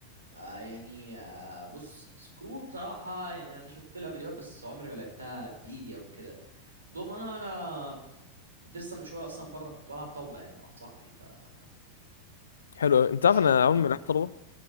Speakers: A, on the right; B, on the left.
A: آه يعني آه بص سكرو بصراحه يعني انا شفت لها فيديوهات بس عمري ما لعبتها بايدي او كده دومنا انا كنت لسه من شويه اصلا بره كنت بلعب طاوله يعني مع واحد صاحبي فانا
B: حلو
A: من
B: أوي. انت
A: عشاق
B: عارف انا
A: الدومنه
B: عمري
A: والطاوله
B: ما لعبت طلبه